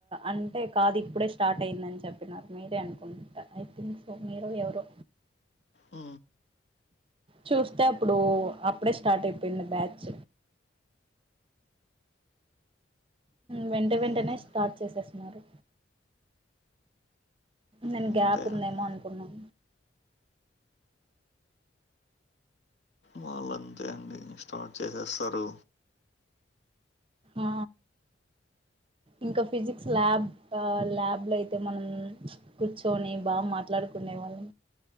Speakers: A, on the right; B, on the left.
A: అంటే కాదు ఇప్పుడే స్టార్ట్ అయ్యిందని చెప్పినారు మీరే అనుకుంటా ఐథింక్ సో మీరు ఎవరు
B: ఉ
A: చూస్తే అప్పుడు అప్పుడే స్టార్ట్ అయిపోయింది బ్యాచ్ వెంట వెంటనే
B: అవును
A: స్టార్ట్ చేసేస్తున్నారు నేను
B: అంతే
A: గ్యాప్ ఉందేమో
B: అండి
A: అనుకున్నాం
B: వాళ్ళు అంతే అండి స్టార్ట్ చేసేస్తారు
A: ఆ ఇంకా ఫిజిక్స్ ల్యాబ్ ల్యాబ్ ల మనం కూర్చొని బాగా మాట్లాడుకునేవి